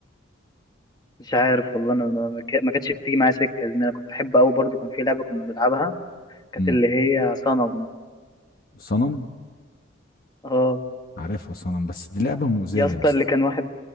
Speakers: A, on the left; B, on the left.
A: مش عارف والله انا أنا- أنا ك- ما كانتش بتيجي معايا سكه لان انا كنت بحب قوي برضو كان في لعبه كنا بنلعبها كانت
B: امم
A: اللي هي صنم
B: صنم
A: اه
B: عارفها صنم بس دي لعبة مؤذية
A: يا اسطى
B: يا اسطى
A: اللي كان واحد